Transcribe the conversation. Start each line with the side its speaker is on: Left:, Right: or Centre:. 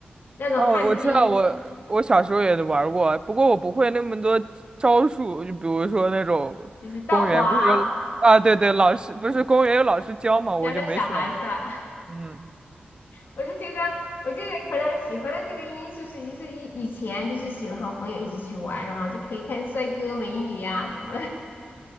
Left: 那种旱冰，
Right: 哦，我知道，我我小时候也玩儿过，不过我不会那么多招数，就比如说那种公园不是有啊，
Left: 就是倒滑
Right: 对对，老师不是公园有老师教嘛，我就没选。
Left: 家的小孩是吧？
Right: 嗯，
Left: <laughs> 我就觉得，我就得可能喜欢的这个因素是，就是以以前就是喜欢和朋友一起去玩，然后就可以看帅哥美女呀、什么的。<laughs>